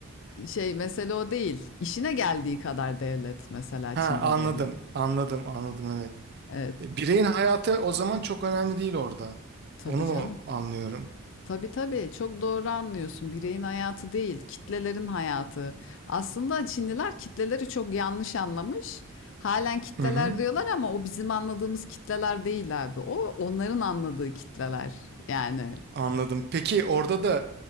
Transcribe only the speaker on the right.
Ha
anladım
anladım anladım evet.
E, Bireyin hayatı o zaman çok önemli değil orada.
Onu mu
anlıyorum?
Hı hı,
anladım. Peki orada da